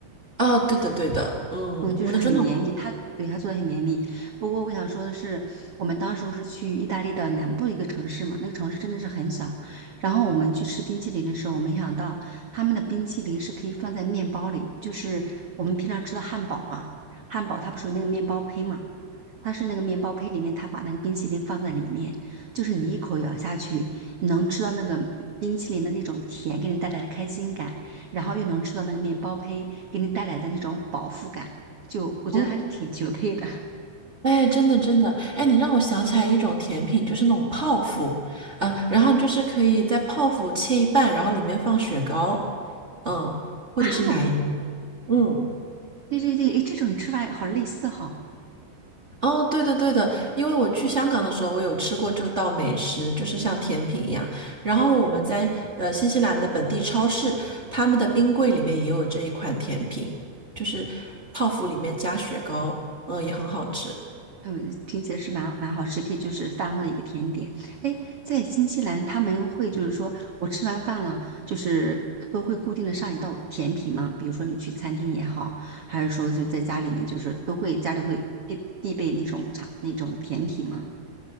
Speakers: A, on the right (about 25°); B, on the right (about 80°).
A: 啊，对的对的，嗯，
B: 嗯，就是很绵密，
A: 我的真的，
B: 它对它做的很绵密。不过我想说的是，我们当时候是去意大利的南部一个城市嘛，那个城市真的是很小。然后我们去吃冰淇淋的时候，我没想到他们的冰淇淋是可以放在面包里，就是我们平常吃的汉堡嘛，汉堡它不是有那个面包胚嘛。它是那个面包胚里面，它把那个冰淇淋放在里面，就是你一口咬下去，你能吃到那个冰淇淋的那种甜给你带来的开心感，然后又能吃到那个面包胚给你带来的那种饱腹感，就我觉得还是挺绝配的。
A: 哦，
B: <laughs>
A: <laughs> 哎，真的真的，哎，你让我想起来一种甜品，就是那种泡芙啊，然后你就是可以在泡芙切一半，然后里面放雪糕，嗯，或者是奶油，
B: 啊哦
A: 嗯。
B: 对对对，诶，这种吃法好类似哈。
A: 哦，对的对的，因为我去香港的时候，我有吃过这道美食，就是像甜品一样。然后我们在呃新西兰的本地超市，他们的冰柜里面也有这一款甜品，就是泡芙里面加雪糕，嗯，也很好吃。
B: 嗯，听起来是蛮蛮好吃，可以就是饭后的一个甜点。哎，在新西兰他们会就是说我吃完饭了，就是都会固定的上一道甜品吗？比如说你去餐厅也好，还是说就在家里面，就是都会家里会必必备那种茶那种甜品吗？